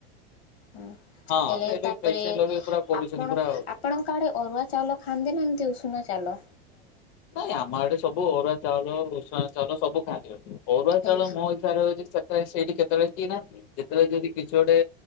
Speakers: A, on the left (about 80°); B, on the left (about 50°).
A: ହଁ
B: ହଁ
A: ହେଲେ
B: ଏବେ
A: ତାପରେ
B: ପେସେଣ୍ଟ ଲଗେଇ ପୁରା କରୁଛନ୍ତି
A: ଆପଣ
B: ପୁରା ଆଉ।
A: ଆପଣଙ୍କ ଆଡେ ଅରୁଆ ଚାଉଲ ଖାଆନ୍ତି ନା ଏମିତି ଉସ୍ ଶୁ ଚାଲ
B: ନାଇଁ ଆମ ଆଡେ ସବୁ ଅରୁଆ ଚାଉଳ ଉସ୍ ନା ଚାଉଲ ସବୁ ଖାଆନ୍ତି। ଅରୁଆ
A: ହେଲେ
B: ଚାଉଳ ମୋ ହିସବାରେ ହଉଚି ସେ ସେଇଠି କେତେବେଳେ କି ନା ଯେତେବେଳେ ଯଦି କିଛି ଗୋଟେ